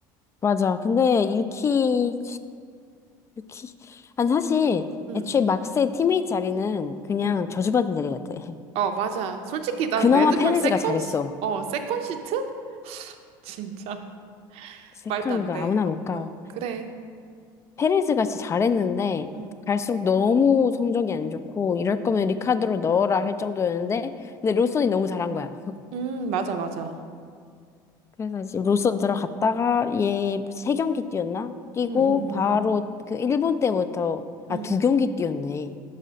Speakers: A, on the left (about 25°); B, on the right (about 65°).
A: 맞아. 근데 유키, 유키. 아니, 사실,
B: 응.
A: 애초에 막스의 팀메이트 자리는 그냥
B: 응.
A: 저주받은 자리 같아. <laughs>
B: 어, 맞아. 솔직히 난
A: 그나마
B: 레드불
A: 페레즈가
B: 세컨
A: 잘했어.
B: 시, 어, 세컨 시트? <laughs> 진짜.
A: 세컨,
B: 말도 안
A: 그,
B: 돼.
A: 아무나
B: 어,
A: 못 가.
B: 어, 그래.
A: 페레즈가 진짜 잘했는데,
B: 응.
A: 갈수록 너무 성적이 안 좋고, 이럴 거면 리카르도 넣어라 할 정도였는데, 근데 로손이 너무 잘한 거야.
B: 음, 맞아, 맞아.
A: 그래서 이제 롤선 들어갔다가 얘 세 경기 뛰었나? 뛰고
B: 응, 응, 응,
A: 바로
B: 응.
A: 그 일본 때부터 아
B: 응.
A: 두 경기 뛰었네.